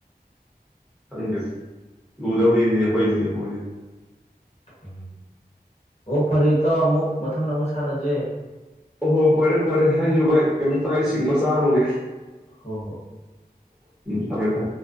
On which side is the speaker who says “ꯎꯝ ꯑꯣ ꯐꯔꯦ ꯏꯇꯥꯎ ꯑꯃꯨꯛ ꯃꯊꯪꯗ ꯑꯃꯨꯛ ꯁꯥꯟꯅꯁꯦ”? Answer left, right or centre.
Left